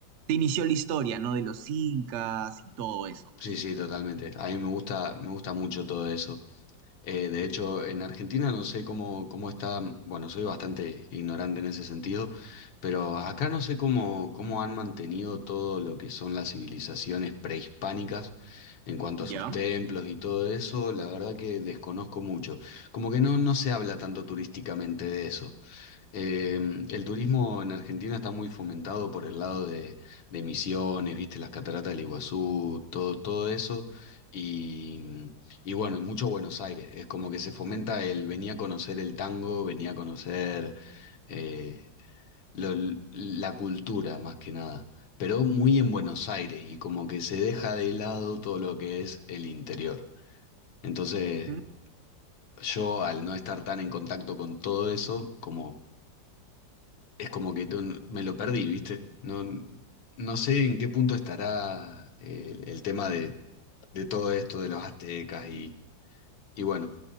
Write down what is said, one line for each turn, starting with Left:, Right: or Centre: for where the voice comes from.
Right: se inició la historia, ¿no? De los incas y todo eso, pues.
Left: sí, sí, totalmente. A mí me gusta, me gusta mucho todo eso. Eh, de hecho, en Argentina no sé cómo, cómo está, bueno, soy bastante ignorante en ese sentido, pero acá no sé cómo, cómo han mantenido todo lo que son las civilizaciones prehispánicas en cuanto
Right: ¿Ya?
Left: a sus templos y todo eso. La verdad que desconozco mucho. Como que no, no se habla tanto turísticamente de eso. Em, el turismo en Argentina está muy fomentado por el lado de, de Misiones, viste, las cataratas del Iguazú, todo, todo eso. Y, y bueno, y mucho Buenos Aires. Es como que se fomenta el venía a conocer el tango, venía a conocer eh, lo- la cultura más que nada. Pero muy en Buenos Aires y como que se deja de lado todo lo que es el interior. Entonces,
Right: Mm,
Left: yo al no estar tan en contacto con todo eso, como es como que no- me lo perdí, ¿viste? No, no sé en qué punto estará eh, el, tema de, de todo esto de los aztecas y, y bueno,